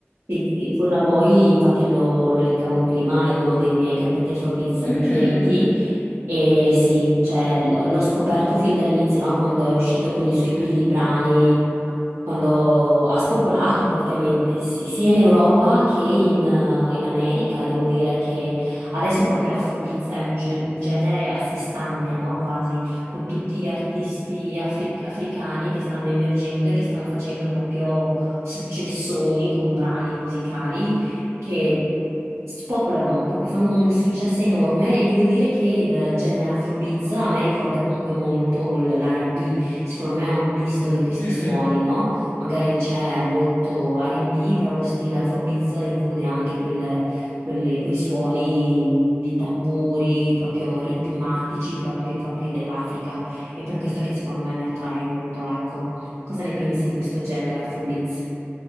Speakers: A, on the right; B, on the left.
A: Sì, sì, Burna Boy, infatti lo, lo elencavo prima, è uno dei miei cantanti Afrobeats
B: Mm,
A: preferiti e sì, cioè, lo- l'ho scoperto fin dall'inizio, no? Quando è uscito con i suoi primi brani, quando ha spopolato praticamente si- sia in Europa che in, eh, in America, devo dire che adesso proprio l'afrobeats è un, ge- un genere a sé stante, no? Quasi, con tutti gli artisti afri- africani che stanno emergendo e che stanno facendo proprio successoni con brani musicali che spopolano, proprio fanno un successo enorme e devo dire che il genere Afrobeats a me ricorda comunque molto l- l'R&B, secondo me è un misto di questi
B: mm,
A: suoni,
B: mm.
A: no? magari c'è molto R&B, però lo stile Afrobeats include anche quel- quelle- quei suoni di tamburi proprio ritmatici, proprio i propri dell'Africa. È per questo che secondo me mi attrae molto, ecco. Cosa ne pensi di questo genere Afrobeats?